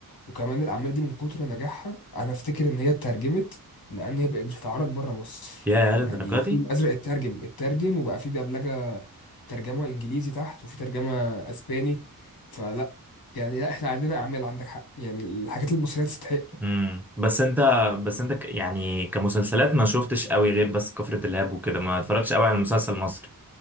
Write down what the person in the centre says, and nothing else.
يا للدرجة
دي
امم بس انت بس انت ك... يعني كمسلسلات ما شفتش قوي غير بس كفر دلهاب وكده ما اتفرجتش قوي على مسلسل مصري